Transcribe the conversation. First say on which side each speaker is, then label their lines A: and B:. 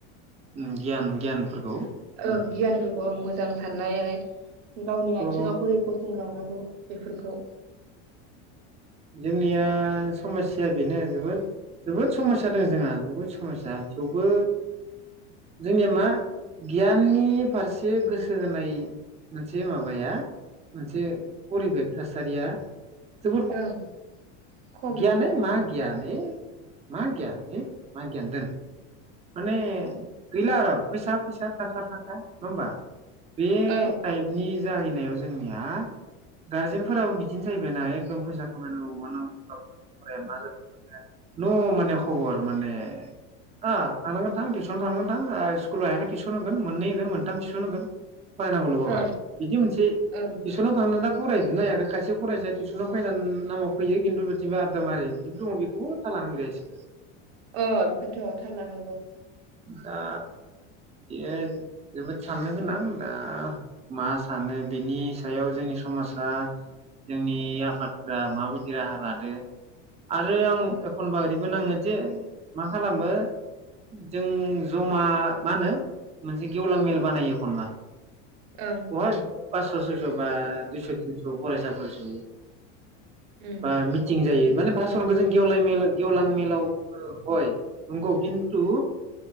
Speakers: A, on the right (about 20°); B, on the right (about 65°).
A: उम गियान गियानफोरखौ
B: ओं
A: उम
B: गियानफोरखौ ओं मोजां साननाय आरो गावनि
A: थ'
B: आथिङाव बोरै गसंलांनांगौ बेफोरखौ
A: जोंनिया समस्या बेनो जोबोद जोबोद समस्या दोङो जोंहा जोबोद समस्या थेवबो जोंनिया मा गियाननि फारसे गोसो होनाय मोनसे माबाया मोनसे परिबेक थासारिया जोबो
B: ओं खम
A: ग्यान
B: ओं खम
A: ओइ मा
B: दा
A: गियान ओइ मा गियान ओइ मा गियान दोन माने गैला आरो फैसा फैसा थाखा थाखा नङा होमबा। बे
B: ओं
A: टाइपनि जाहैनायाव जोंनिया गारजेनफोराबो बिदिनो जाहैबायना एकदम फैसा खामायनांगौ <inaudible> नु माने खबर माने आ थानांगोन थां टिउसनाव थनांगोन थांं स्कुलाव हायाखै टिउसन होगोन मोननै होगोन मोनथाम टिउसन होगोन फरायनांगौल' बाबा
B: ओं
A: बिदि मोनसे टिउसनाव
B: ओं
A: थांनादों दा फराय नायाखै खायसे फरायसाया टिउसनाव फैनान नामाव फैयो खिन्थु बिथिबा आदामारि बिदिबो दङ बेखौबो था लानो गिया इसिबो।
B: अ बेखौनोथ' थाल लानांगौ।
A: दा बेयो जोबोद साननो गोनां दा मा सानो बेनि सायाव जोंनि समासा जोंनि आफादफोरा माबायदि राहा लादो आरो आं एखनबा ओरैबो नाङो जे मा खालामो जों जमा मा होनो मोनसे गेवलां मेल बानायो एखनबा।
B: ओं
A: <unintelligible> पासस' सयस' बा दुस' तिनस' फरायसाफोर जयो
B: उम
A: बा मिटिं जायो। माने भासनखौ जों गेवलाय मेल गेवलां मेलाव बुङो हय। नंगौ खिनथु